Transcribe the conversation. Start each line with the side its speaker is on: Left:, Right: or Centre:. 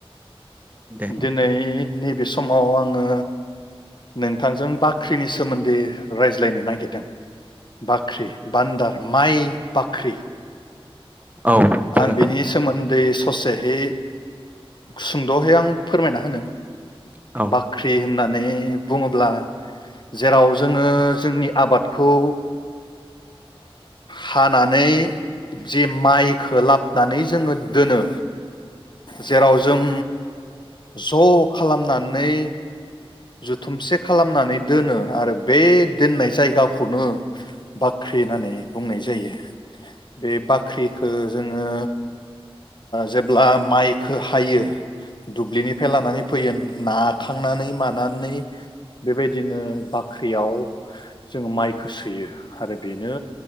Right: दे
Left: दिनै नैबे समाव आङो नोंथांजों बाख्रिनि सोमोन्दै रायज्लायनो नागिरदों बाख्रि। बान्दार माइ बाख्रि।
Right: औ जागोन
Left: आं बिनि सोमोन्दै ससेहै सुंद'है आं फोरमायना होनो
Right: औ
Left: बाख्रि होन होननानै बुङोब्ला जेराव जोङो जोंनि आबादखौ हानानै ओ जि माइ खोलाबनानै जोङो दोनो जेराव जों ज' खालामनानै जुथुमसे खालामनानै दोनो आरो बे दोननाय जायगाखौनो बाख्रि होननानै बुंनाय जायो। बे बाख्रिखौ जोङो जेब्ला माइखौ हायो दुब्लिनिफ्राय लानानै फैयो नाखांनानै मानानै बेबायदिनो बाख्रियाव जोङो माइखौ सोयो आरो बेनो